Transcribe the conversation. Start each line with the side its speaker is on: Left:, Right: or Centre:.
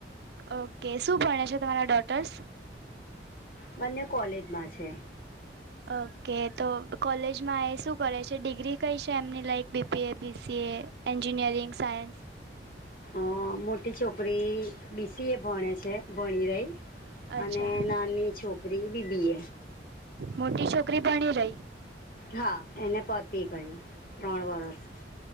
Right: ઓકે શું ભણે છે તમારા ડોટર્સ?
Left: બંને કોલેજમાં છે.
Right: ઓકે તો કોલેજમાં એ શું કરે છે ડિગ્રી કઈ છે એમની like B. B. A., B. C. A. Engineering science
Left: અ મોટી છોકરી બી. સી. એ. ભણે છે ભણી રહી
Right: અચ્છા
Left: અને નાની છોકરી બી. બી. એ.
Right: મોટી છોકરી ભણી રહી
Left: હા એને પતી ગયું ત્રણ વરસ